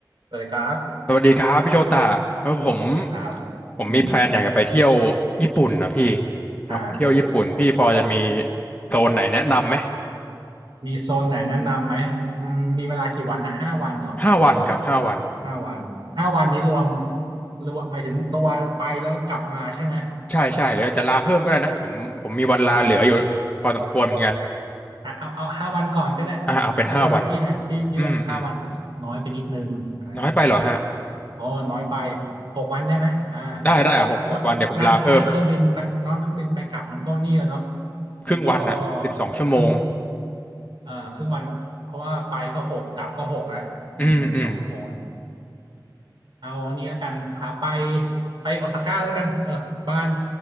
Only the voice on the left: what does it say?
สวัสดีครับพี่โชตะเออผม
ผมมีแพลนอยากจะไปเที่ยว
ญี่ปุ่นนะพี่อยากไปเที่ยวญี่ปุ่นพี่พอจะมี
โซนไหนแนะนำไหม
ห้าวันครับห้าวัน
ใช่ใช่หรืออาจจะลาเพิ่มก็ได้นะผมผมมีวันลาเหลืออยู่พอสมควรเหมือนกัน
อ่ะเอาเป็นห้าวันอืมอืม
น้อยไปเหรอฮะ
ได้ได้อ่ะหกหกวันเดี๋ยวผมลาเพิ่ม
ครึ่งวันน่ะสิบสองชั่วโมง
อืมอืม